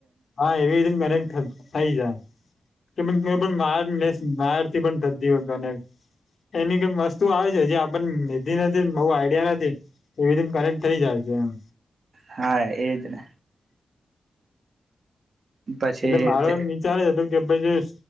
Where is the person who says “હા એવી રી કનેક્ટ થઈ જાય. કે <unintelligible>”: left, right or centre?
Left